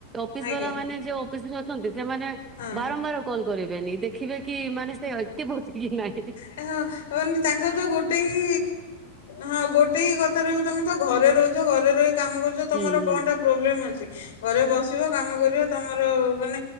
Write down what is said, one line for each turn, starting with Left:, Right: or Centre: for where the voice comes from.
Right: ଅଫିସ
Left: ଆଜ୍ଞା
Right: ବାଲା ମାନେ ଯ ଅଫିସରେ ଅଛନ୍ତି ସେମାନେ
Left: ହଁ
Right: ବାରମ୍ବାର କଲ କରିବେନି ଦେଖିବେ କି ମାନେ ସେ ଏତେ ବସିଛିକି ନାହିଁ।
Left: ହଁ ମାନେ ତାଙ୍କର ତ ଗୋଟେ ହି ହଁ ଗୋଟେ ହି କଥା ରହୁ ତମେ ତ ଘରେ ରହୁଛ <inaudible> କାମ କରୁଛ ତମର
Right: ହୁଁ ହୁଁ
Left: କଣଟା ପ୍ରୋବ୍ଲେମ ଅଛି। ଘରେ ବସିବ କାମ କରିବ। ତମର ମାନେ